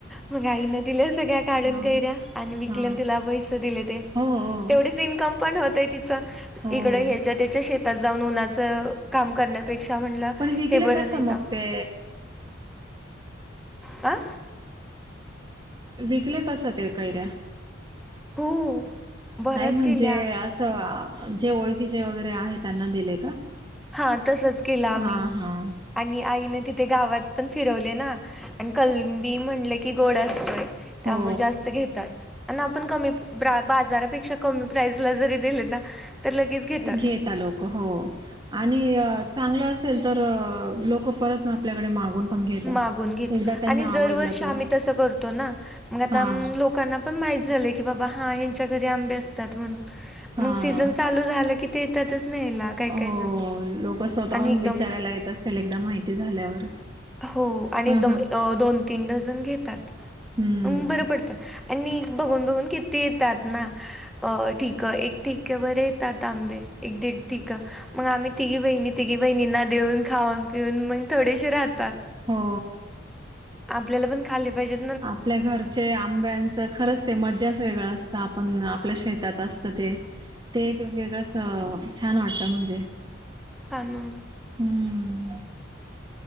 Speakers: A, in the centre; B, on the right.
A: मग आईन दिले सगळ्या काढून
B: हां,
A: कैऱ्या आणि विकल्या
B: हां.
A: तिला पैसे दिले ते
B: हो, हो.
A: तेवढीच इन्कम पण होतंय तिचं
B: हो.
A: इकडं ह्याच्या त्याच्या शती. त जाऊन उन्हाचं काम करण्यापेक्षा म्हणलं
B: पण विकले
A: हे बरं
B: कस
A: नाही
B: मग
A: का?
B: ते
A: आ
B: विकले कस ते कैऱ्या
A: हो बऱ्याच
B: नाही म्हणजे
A: केल्या
B: असं जे ओळखीचे वगैरे आहे त्यांना दिले का
A: हा तसच केलं आम्ही
B: हा हा
A: आणि आईने तिथे गावात पण फिरवले ना आणि कलबी म्हणले की गोड असतोय त्यामुळे
B: हो
A: जास्त घेतात आणि आपण कमी बाजारापेक्षा कमी प्राइस ला जरी दिले ना तर लगेच घेतात
B: घेेत आ लोक हो आणि चांगलं असेल तर लोक परत आपल्याकडे मागून पण घेता
A: मागून घेत
B: एकदा त्यांना
A: आणि जरवर्षी
B: आवडलं तर
A: आम्ही तसं करतो ना मग आता
B: हा
A: लोकांना पण माहीत झालं की बाबा हां ह्यांच्या घरी आंबे असतात म्हणून
B: हा
A: मग सीझन चालू झालं की ते येतातच नाही काही
B: हो
A: काही जण
B: लोक स्वतःहून
A: आणि एकदम
B: विचारायला येत असेल एकदा माहिती झाल्यावर
A: हो आणि
B: हा
A: एकदम
B: हा
A: दोन तीन डझन घेतात
B: हम्म
A: बरं पडतं आणि बघून बघून किती येतात ना अ ठीक एक ठठीक बरं येतात त आंबे एक दीड ठक मग आम्ही तिघी बहिणी तिघी बहिणींना देऊन खाऊन पिऊन मग थोडेसे राहत
B: हो
A: आपल्याला पण खाल्ले पाहिजे
B: आपल्या घरचे आंब्यांचं खरंच ते मज्जाच वेगळं असतं आपण आपल्या शेतात असत ते ते एक वेगळं अस छान वाटतं म्हणजे
A: फलू
B: हम्म